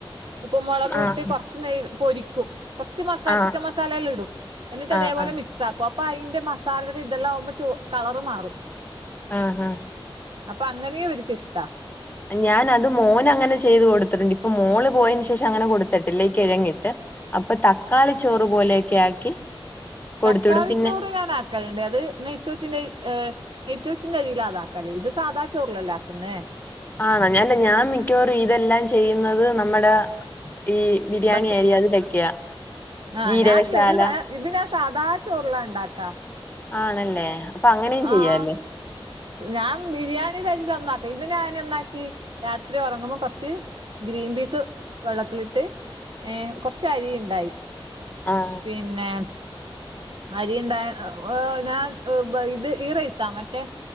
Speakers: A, on the right (about 60°); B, on the left (about 20°).
A: ഉപ്പും മോളകുട്ട്
B: ആഹ്
A: കോർച്ച് നെയ്യിൽ പൊരിക്കും കോർച്ച് മസാല
B: ആഹ്
A: ചിക്കൻ മസാലെലടും എന്നിട്ട്
B: ആഹ്
A: അതേ പോലെ
B: ആഹ്
A: മിക്സാക്കും അയ്ന്റെ മസാലയുടെ ഇതെല്ലാം ആവുമ്പോ ച്ചോ കളറ് മാറും
B: ആഹ്
A: അപ്പം അങ്ങനെയും ഇവർക്ക് ഇഷ്ടാ
B: ഞാൻ അത് മോന് അങ്ങനെ ചെയ്ത് കൊടുത്തിട്ടുണ്ട് ഇപ്പൊ മോള് പോയതിന് ശേഷം അങ്ങനെ കൊടുത്തിട്ടില്ല ഇ കിഴങ്ങിട്ട് അപ്പം തക്കാളി ചോറ് പോലെയെക്കെ ആക്കി കൊടുത്തുവിടും
A: തക്കാളി
B: പിന്നെ
A: ചോറ് ഞാൻ ആക്കല്ണ്ട് അത് നെയ്ച്ചോറ്റിന്റെ ഏഹ് നെയ്‌ച്ചറ്റിന്റെ അരിയിലാണ് അതാക്കല് ഇത് സാധാ ചോറിലല്ലേ ആക്ന്നേ
B: ആണോ അല്ല ഞാൻ മിക്കവാറും ഇതെല്ലാം ചെയ്യ്ന്നത് നമ്മടെ ഈ ബിരിയാണി
A: ബസ്
B: അരി അതിലൊക്കെയാ
A: ആഹ്
B: ജീരകശാല
A: ഞാനില്ല ഇത് ഇത് ഞാൻ സാദാ ചോറിലാ ഇണ്ടക്ക
B: ആണല്ലേ അപ്പ അങ്ങനെ
A: ആഹ്
B: ചെയ്യല്ലേ
A: ഞാൻ ബിരിയാണിയുടെ അരിയിൽ ഒന്നും ആക്ക ഇത് ഞാൻ എന്താക്കി രാത്രി ഒറങ്ങുമ്പോ കൊർച്ച് ഗ്രീൻ പീസ് വെള്ളത്തിലിട്ട് ഏഹ് കോർച്ച് അരി ഇണ്ടായി
B: ആഹ്
A: പിന്നെ അരി ഇണ്ടാ ഞാൻ ഇത് ഈ റൈസാ മറ്റേ